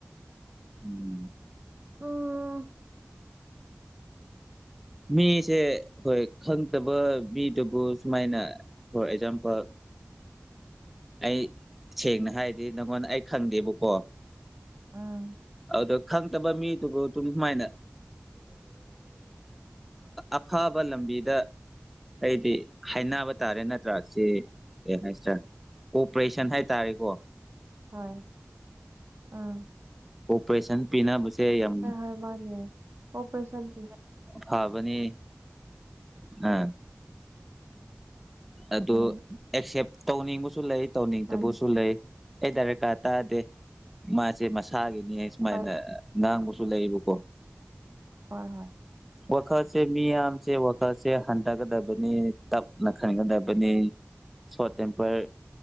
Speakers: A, in the centre; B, on the right (about 55°).
A: ꯎꯝ
B: ꯎ <inaudible>
A: ꯃꯤꯁꯦ ꯍꯣꯏ ꯈꯪꯗꯕ ꯃꯤꯗꯨꯕꯨ ꯁꯨꯃꯥꯏꯅ ꯍꯣꯏ ꯖꯥꯝꯄꯜ ꯑꯩ ꯁꯦꯡꯅ ꯍꯥꯏꯔꯗꯤ ꯅꯪꯉꯣꯟꯗ ꯑꯩ ꯈꯪꯗꯦꯕꯥꯀꯣ
B: ꯎꯝ
A: ꯑꯗꯣ ꯈꯪꯗꯕ ꯃꯤꯗꯨꯕꯨ ꯑꯗꯨꯝ ꯁꯨꯃꯥꯏꯅ ꯑꯐꯕ ꯂꯝꯕꯤꯗ ꯑꯩꯗꯤ ꯍꯥꯏꯅꯕ ꯇꯥꯔꯦ ꯅꯠꯇ꯭ꯔꯥ ꯁꯤ ꯀꯩ ꯍꯥꯏꯁꯔ ꯀ‌ꯣꯄꯔꯦꯁꯟ ꯍꯥꯏꯕ ꯇꯥꯔꯦꯀꯣ
B: ꯍꯣꯏ ꯎꯝ
A: ꯑꯣꯄꯔꯦꯁꯟ ꯄꯤꯅꯕꯁꯦ ꯌꯥꯝ
B: ꯍꯣꯏ ꯍꯣꯏ ꯃꯥꯅꯦ ꯑꯣꯄꯔꯦꯁꯟꯒꯤꯅꯦ
A: ꯐꯕꯅꯤ ꯑꯥ ꯑꯗꯨ
B: ꯎꯝ
A: ꯑꯦꯁꯦꯞ ꯇꯧꯅꯤꯡꯕꯁꯨ ꯂꯩ ꯇꯧꯅꯤꯡꯇꯕꯁꯨ
B: ꯃꯥꯅꯤ
A: ꯂꯩ ꯑꯩ ꯗꯔꯀꯥꯔ ꯇꯥꯗꯦ ꯃꯥꯁꯦ ꯃꯁꯥꯒꯤꯅꯦ ꯁꯨꯃꯥꯏꯅ
B: ꯍꯣꯏ
A: ꯉꯥꯡꯕꯁꯨ ꯂꯩꯌꯦꯕꯀꯣ
B: ꯍꯣꯏ ꯍꯣꯏ
A: ꯋꯥꯈꯜꯁꯦ ꯃꯤꯌꯥꯝꯁꯦ ꯋꯥꯈꯜꯁꯦ ꯍꯟꯊꯒꯗꯕꯅꯤ ꯇꯞꯅ ꯈꯟꯒꯗꯕꯅꯤ ꯁꯣꯔꯠ ꯇꯦꯝꯄꯔ